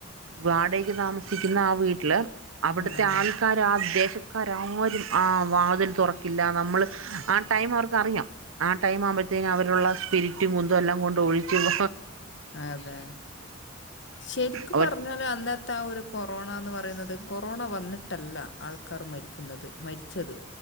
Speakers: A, on the right; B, on the left.
A: വാടകയ്ക്ക് താമസിക്കുന്ന ആ വീട്ടില് അവിടത്തെ
B: ആഹ്
A: ആൾക്കാര് ആ ദേശ ക്കാരാരും ആ വാതിൽ തുറക്കില്ല നമ്മള് ആ ടൈം അവർക്കറിയാം ആഹ് ടൈം ആകുമ്പഴ്ത്തേനും അവരുള്ള സ്പിരിറ്റും കുന്തമെല്ലാം കൊണ്ട് ഒഴിച്ച് വ
B: അതെ ശ, രിക്ക്‌
A: അവർ
B: പർഞ്ഞാല് അന്ന ത്താ ഒരു കൊറോണാന്ന് പറയുന്നത് കൊറോണ വന്നിട്ടല്ല, ആൾക്കാർ മരിക്കുന്നത് മരിച്ചത്